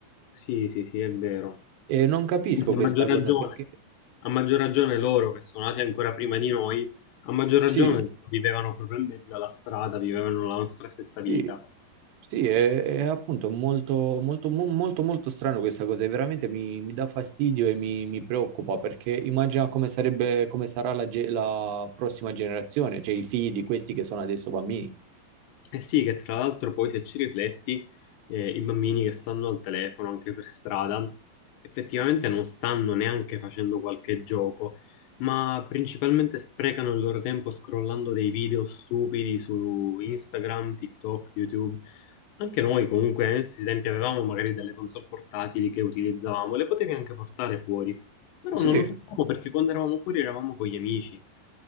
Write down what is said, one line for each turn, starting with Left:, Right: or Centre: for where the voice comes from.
Left: sì, sì, sì, è vero.
Right: E non capisco
Left: Anzi, A
Right: questa
Left: maggior ragione.
Right: cosa perché,
Left: A maggior ragione loro che sono nati ancora prima di noi, a maggior ragione
Right: sì,
Left: vivevano proprio in mezzo alla strada, vivevano la nostra stessa vita.
Right: Sì, sì, è, è appunto molto, molto, mo- molto, molto strano questa cosa, e veramente mi, mi dà fastidio e mi, mi preoccupa perché immagina come sarebbe, come sarà la, ge- la prossima generazione, cioè i figli di questi che sono adesso bambini.
Left: Eh sì, che tra l'altro poi se ci rifletti, eh, i bambini che stanno al telefono anche per strada, effettivamente non stanno neanche facendo qualche gioco, ma principalmente sprecano il loro tempo scrollando dei video stupidi su Instagram, TikTok, YouTube. Anche noi comunque ai nostri tempi avevamo magari delle console portatili che utilizzavamo, le potevi anche portare fuori, però
Right: Sì,
Left: non lo facevamo perché quando eravamo fuori eravamo con gli amici.